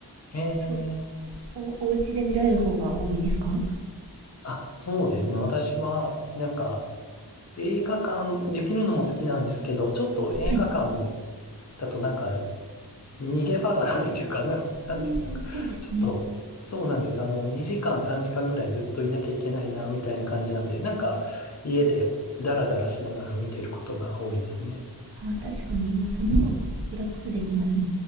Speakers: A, on the left; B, on the right.
A: ええ
B: そうお、お家で見られる方が多いですかは
A: あ、そうですね。私は、なんか、映画館で見るのも好きなんですけど、ちょっと映画館
B: い。
A: だとなんか、逃げ場がないというか、なん、なんていうんですか。
B: うん、そうですね。
A: ちょっと、そうなんです。あの、2時間、3時間ぐらいずっといなきゃいけないな、みたいな感じなんで、なんか、家でダラダラしながら見てることが多いですね。
B: あ確かに、今その方がリラックスできますね。